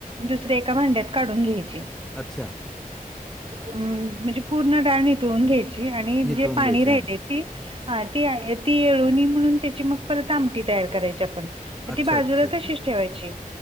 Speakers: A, on the right (about 40°); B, in the centre.
A: दुसऱ्या एका भांड्यात काढून घ्यायची.
B: अच्छा.
A: अम.. म्हणजे पूर्ण डाळ नितळून घ्यायची आणि
B: नितळून
A: जे पाणी
B: घ्यायची
A: राहिलय
B: हा
A: ती अ ती येळवणी म्हणून त्याची मग परत आमटी तयार करायची आपण.
B: अच्छा
A: ती बाजूला
B: अच्छा अच्छा
A: तशीच ठेवायची